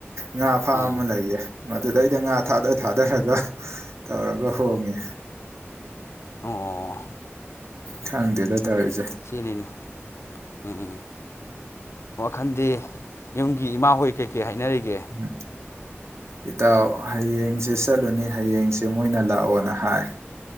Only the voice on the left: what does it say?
ꯎꯝ
ꯑꯣ
ꯁꯤꯅꯦꯅꯦ ꯎꯝ ꯋꯥꯈꯜꯗꯤ ꯌꯨꯝꯒꯤ ꯏꯃꯥꯍꯣꯏ ꯀꯩꯀꯩ ꯍꯥꯏꯅꯔꯤꯒꯦ